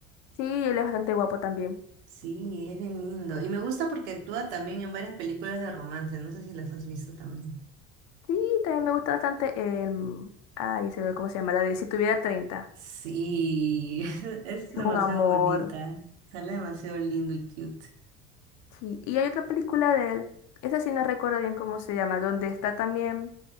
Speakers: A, on the left; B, on the right.
A: Sí, él es bastante guapo también.
B: Sí, es bien lindo. Y me gusta porque actúa también en varias películas de romance. No sé si las has visto también.
A: Sí, también me gusta bastante. em, ay, se ve cómo se llama, la de Si tuviera treinta
B: Sí, <laughs> es, es
A: Es
B: demasiado
A: un amor.
B: bonita. Sale demasiado lindo y cute.
A: Sí, y hay otra película de él. Esa sí no recuerdo bien cómo se llama, donde está también